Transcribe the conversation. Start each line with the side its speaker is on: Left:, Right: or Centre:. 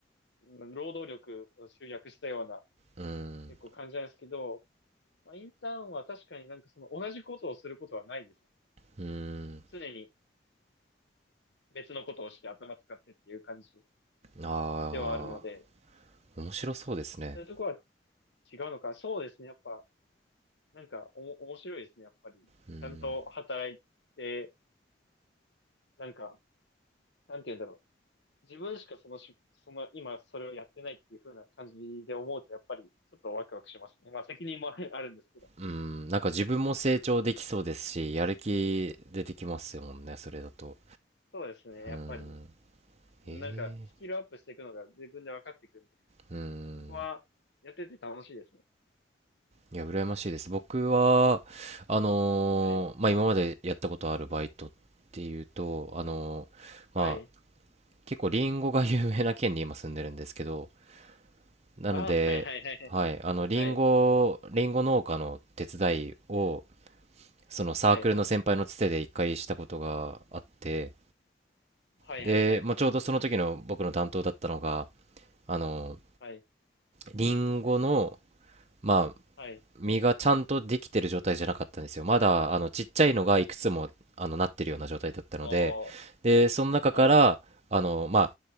Left: うん労働力を集約したような
Right: うん
Left: 結構感じなんですけど、まあインターンは確かになんかその同じことをすることはないですね。
Right: うん
Left: 常に別のことをして頭使ってっていう感じ
Right: ああ
Left: ではあるので、
Right: 面白そうですね
Left: そういうところは違うのか。そうですね。やっぱ、なんか、おも、面白いですね。やっぱり。
Right: うん
Left: ちゃんと働いて、なんか、なんて言うんだろう。自分しかそのし、その、今それをやってないっていう風な感じで思うと、やっぱり、ちょっとワクワクしますね。まあ、責任も <laughs> ある、あるんですけど。
Right: うんなんか自分も成長できそうですしやる気出てきますよもんねそれだと
Left: そうですね。やっぱり、
Right: う
Left: なんか、
Right: んええ
Left: スキルアップしていくのが自分で分かっていくんで、
Right: うん
Left: そこは、やってて楽しいですね。
Right: いや、羨ましいです。僕は、あのーまあ、
Left: はい。
Right: 今までやったことあるバイトっていうと、あのーまあ、
Left: はい。
Right: 結構リンゴが <laughs> 有名な県に今住んでるんですけど、なので、
Left: ああ、はいはいはいはい。
Right: はい、あの、リンゴ、
Left: はい。
Right: リンゴ農家の手伝いを、そのサークルの先輩のつてで一回したことがあって、
Left: はいはいはいはい。
Right: で、まあ、ちょうどその時の僕の担当だったのが、あの
Left: はい。
Right: リンゴの、まあ、
Left: はい。
Right: 実がちゃんとできてる状態じゃなかったんですよまだあのちっちゃいのがいくつもあのなってるような状態だったのででその中からあのまあ
Left: ああ、はい。